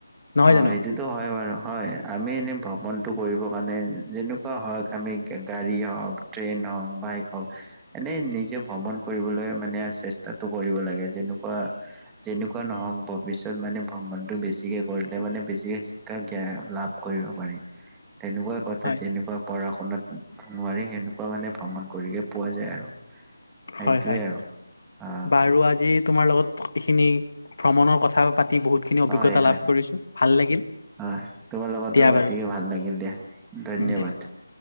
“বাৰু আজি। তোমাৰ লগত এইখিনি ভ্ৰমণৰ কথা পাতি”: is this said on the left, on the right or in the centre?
Left